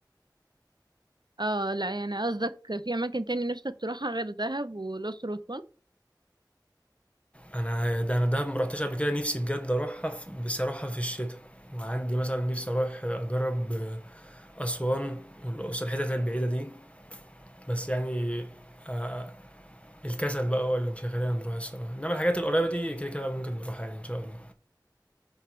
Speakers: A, on the right; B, on the left.
A: آه لا يعني قصدك في أماكن تاني نفسك تروحها غير دهب والأقصر وأسوان
B: انا ده انا دهب ما رحتش قبل كده نفسي بجد اروحها في... بس اروحها في الشتاء وعندي مثلا نفسي اروح اجرب اسوان والاقصر الحتت البعيده دي بس يعني آه، الكسل بقى هو اللي مش هيخلينا نروح الصراحة انما الحاجات القريبة دي كده كده ممكن نروحها يعني ان شاء الله